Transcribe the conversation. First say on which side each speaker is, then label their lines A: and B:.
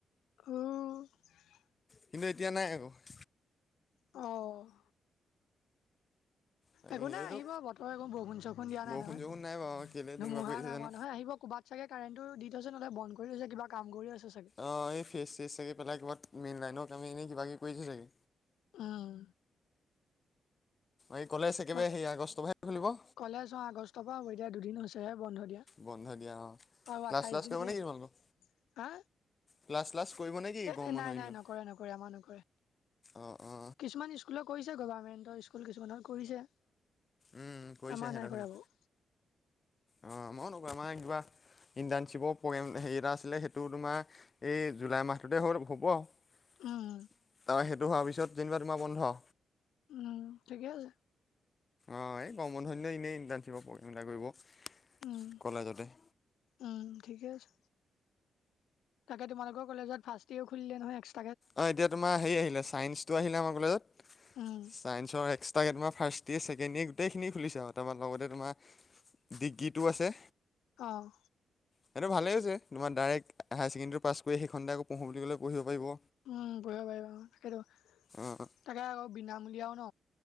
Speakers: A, on the left; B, on the left.
A: <unintelligible>
B: কিন্তু এতিয়া নাই। <unintelligible>
A: অ',
B: তাকে
A: একো নাই
B: সেইটো
A: আহিব বতৰ <unintelligible> বষুণ চষুণ দিয়া
B: বৰষুণ
A: নাই নহয়,
B: চৰষুণ নাই বাৰু কেলে তেনেকুৱা
A: ধুমুহা
B: কৰি আছে
A: নাই
B: জানো
A: মৰা নহয় আহিব কবাত চাগে কাৰেণটোৰ দি থৈছে নলে বন কৰি <unintelligible> কিবা কাম কৰি আছে চাগে।
B: অ, এই ফেইচ চেইচ চাগে পেলাই ক'বাত মেইনলাইনত আমি এনেই কিবা কিবি <unintelligible> চাগে।
A: উম।
B: এই ক'লেজ একেবাৰে
A: বাকী
B: সেই আগষ্টৰ পৰাহে খোলিব?
A: কলেজ অ' আগষ্টৰ পৰা হব। এতিয়া দুদিন হৈছেহে বন্ধ দিয়া।
B: বন্ধ দিয়া অ,
A: আৰু
B: ক্লাছ
A: আঠাইশ
B: শ্লাছ
A: দিন
B: কৰিব
A: আছে
B: নে কি তোমালোকৰ?
A: হা
B: ক্লাছ শ্লাছ কৰিব নে কি গৰম
A: এ নাই
B: বন্ধ দিনত?
A: নাই নকৰে নকৰে আমাৰ নকৰে।
B: অ অ।
A: কিছুমান স্কুলৰ কৰিছে গভাৰ্মেণ্টৰ স্কুল কিছুমানৰ কৰিছে।
B: উম কৰিছে
A: আমাৰ
B: সিহঁতৰখিনি
A: নাই কৰা বাৰু।
B: অ আমাৰো নকৰে আমাৰ কিবা- ইণ্টাৰ্ণশ্বিপৰ প্ৰগ্ৰেম হেৰি এটা আছিলে সেইটো তোমাৰ এই জুলাই মাহটোতে হ' হ'ব। তাৰপা
A: উম
B: সেইটো হোৱাৰ তোমাৰ যেনিবা বন্ধ।
A: উম ঠিকে আছে।
B: অ এই গৰম বন্ধ দিলেও এনেই ইণ্টাৰ্ণশ্বিপৰ প্ৰগেম এটা কৰিব
A: উম
B: কলেজতে।
A: উম ঠিকে আছে। তাকে তোমালোকৰ কলেজত ফাৰ্ষ্টইয়েৰো খুলিলে নহয় এক্স-
B: অ এতিয়া তোমাৰ হেৰি আহিলে ছাইন্সটো আহিলে আমাৰ কলেজত
A: উম
B: ছাইন্সৰ এক্স- ট্ৰাকে তোমাৰ ফাৰ্ষ্ট ইয়েৰ ছেকেণ্ড ইয়েৰ গোটেইখিনি খুলিছে তাৰপা লগতে তোমাৰ- ডিগ্ৰীটো আছে।
A: অঁ
B: সেইটো ভালেই হৈছে তোমাৰ ডাইৰেক্ট হায় ছেকেণ্ডেৰীটো পাছ কৰি সেইখনতে আকৌ পঢ়ো বুলি কলেও পঢ়িব পাৰিব।
A: উম পঢ়িব পাৰিব তাকেইেতো।
B: অঁ
A: তাতে আকৌ বিনামূলীয়াও ন।